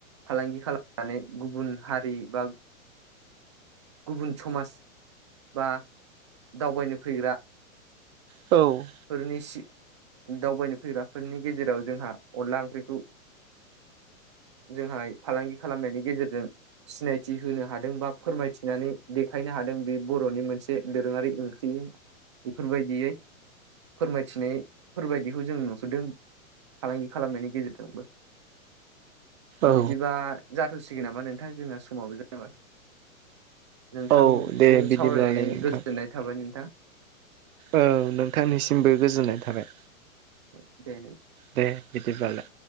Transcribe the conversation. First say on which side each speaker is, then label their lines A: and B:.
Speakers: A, on the right; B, on the right.
A: फालांगि खालामनानै गुबुन हारि बा गुबुन समाज बा दावबायनो फैग्रा
B: औ
A: फोरनि सि दावबायनो फैग्राफोरनि गेजेराव जोंहा अनला ओंख्रिखौ जोंहाय फालांगि खालामनायनि गेजेरजों सिनायथि होनो हादों बा फोरमायथिनानै देखायनो हादों बे बर'नि मोनसे दोरोङारि ओंख्रि बेफोरबायदियै फोरमायथिनाय फोरबायदिखौ जों नुसोदों फालांगि खालामनायनि गेजेरजोंबो
B: औ
A: बिदिबा जाथ'सिगोन नामा नोंथां जोंना समावबो जेनबा नोंथांजों
B: औ दे बिदिब्लालाय
A: सावरायनानै
B: नोंथां
A: गोजोननाय थाबाय नोंथां
B: औ नोंथांनिसिमबो गोजोननाय थाबाय
A: औ दे
B: दे बिदिब्लालाय